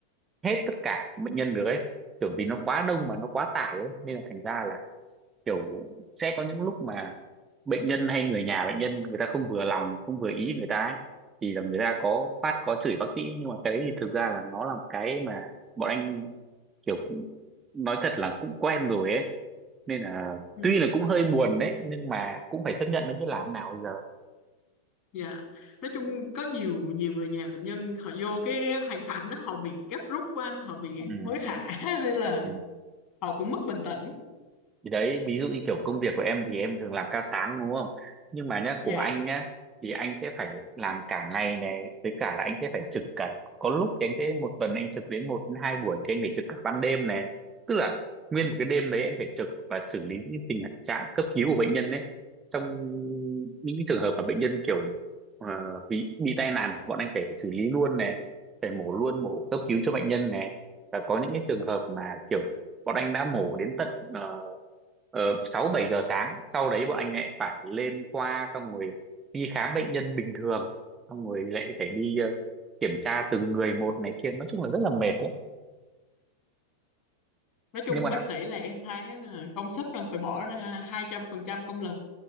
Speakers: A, on the right; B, on the left.
A: hết tất cả bệnh nhân được ấy kiểu vì nó quá đông mà nó quá tải ấy nên là thành ra là kiểu sẽ có những lúc mà bệnh nhân hay người nhà bệnh nhân người ta không vừa lòng không vừa ý người ta ấy thì là người ta có quát có chửi bác sĩ nhưng mà cái đấy thì thực ra là nó là một cái mà bọn anh kiểu cũng nói thật là cũng quen rồi ấy nên là
B: Ừ.
A: tuy là cũng hơi buồn đấy nhưng mà cũng phải chấp nhận nó biết làm nào bây giờ
B: Dạ, nói chung có nhiều nhiều người nhà bệnh nhân họ vô cái hoàn cảnh đó, họ bị gấp rút quá anh, họ bị
A: ừ.
B: hối hả <laughs> nên là
A: ừ.
B: họ cũng mất bình tĩnh.
A: thì đấy ví dụ như kiểu công việc của em thì em thường làm ca sáng đúng không nhưng mà nhá của
B: Dạ,
A: anh nhá thì anh sẽ phải làm cả ngày này với cả là anh sẽ phải trực cả có lúc thì anh sẽ một tuần anh trực đến một đến hai buổi thì anh phải trực cả ban đêm này tức là nguyên một cái đêm đấy anh phải trực và xử lý những cái tình trạng cấp cứu của bệnh nhân đấy trong những cái trường hợp mà bệnh nhân kiểu ờ, bị bị tai nạn này bọn anh phải xử lý luôn này phải mổ luôn mổ cấp cứu cho bệnh nhân này và có những cái trường hợp mà kiểu bọn anh đã mổ đến tận ờ, ờ, 6 7 giờ sáng sau đấy bọn anh lại phải lên khoa xong rồi đi khám bệnh nhân bình thường xong rồi lại phải đi ờ, kiểm tra từng người một này kia nói chung là rất là mệt đấy
B: nói chung
A: nhưng mà
B: bác sĩ là em thấy là công sức là phải bỏ ra 200% công lực,